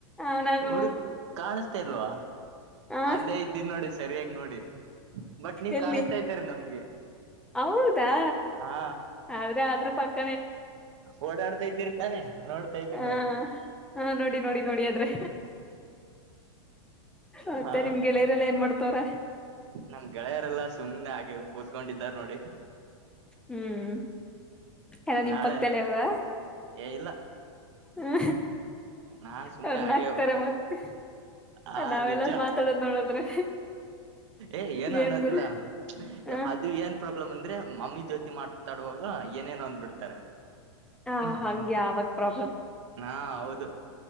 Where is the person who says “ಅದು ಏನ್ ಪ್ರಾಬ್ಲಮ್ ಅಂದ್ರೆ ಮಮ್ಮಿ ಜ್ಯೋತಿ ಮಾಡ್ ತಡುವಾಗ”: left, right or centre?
Right